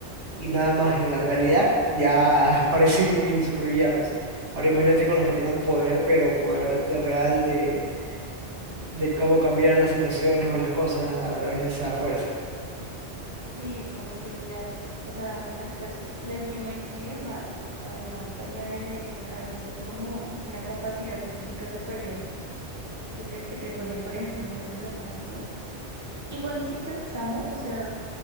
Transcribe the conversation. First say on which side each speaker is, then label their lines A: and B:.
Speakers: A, on the right (about 65°); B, on the right (about 15°).
A: y nada más en la realidad, ya <laughs> parecen mini supervillanos. Ahora imagínate con los que tengan poder, pero poder de real de, de cómo cambiar las situaciones o las cosas a través de esa fuerza.
B: Sí, como que la, o sea, una, pues la influencia y demás, además añádele a eso como una capacidad física superior que te, que te pone por encima de los demás, ¿no? Igual y si pensamos, o sea,